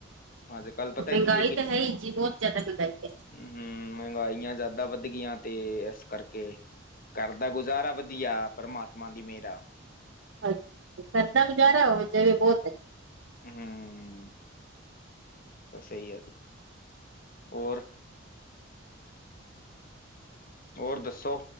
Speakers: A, on the left (about 45°); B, on the right (about 75°).
A: ਅੱਜ ਕੱਲ ਪਤਾ
B: ਮੈਂਗਾਈ
A: ਕੀ
B: ਤਾਂ ਹੈ ਈ ਜੀ ਬੋਤ ਜਾਦਾ ਮੈਂਗਾਈ ਐ।
A: ਹੂੰ ਮੈਂਗਾਈਆਂ ਜਾਦਾ ਵੱਧ ਗਈਆਂ ਤੇ ਇਸ ਕਰਕੇ ਘਰ ਦਾ ਗੁਜ਼ਾਰਾ ਵਧੀਆ ਪਰਮਾਤਮਾ ਦੀ ਮੇਰ ਆ।
B: ਹਾਂਜੀ ਕਰ ਦਾ ਗੁਜ਼ਾਰਾ ਹੋ ਜਵੇ ਬੋਤ ਐ।
A: ਹੂੰ ਤਾਂ ਸਈ ਐ ਜੀ ਓ ਓਰ ਦੱਸੋ?